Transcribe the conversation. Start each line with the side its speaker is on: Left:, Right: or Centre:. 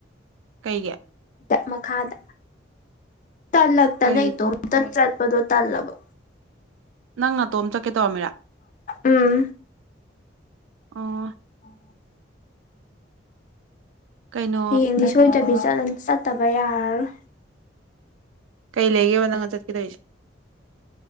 Right: ꯀꯩꯒꯤ
Left: ꯃꯈꯥꯗ ꯇꯜꯂꯛꯇꯅ
Right: ꯀꯩ
Left: ꯏꯇꯣꯝꯇ ꯆꯠꯄꯗꯣ ꯇꯜꯂꯕ꯫
Right: ꯅꯪ ꯅꯇꯣꯝ ꯆꯠꯀꯦ ꯇꯧꯔꯝꯃꯤꯔꯥ
Left: ꯎꯝ
Right: ꯑꯣ꯫
Left: <inaudible>
Right: ꯀꯩꯅꯣ
Left: ꯍꯌꯦꯡꯗꯤ ꯁꯣꯏꯂꯅꯤ ꯆꯠꯇꯕ ꯌꯥꯔꯔꯣꯏ꯫
Right: ꯀꯩ ꯂꯩꯒꯦꯕ ꯅꯪꯒ ꯆꯠꯀꯦ ꯇꯣꯏꯁꯦ꯫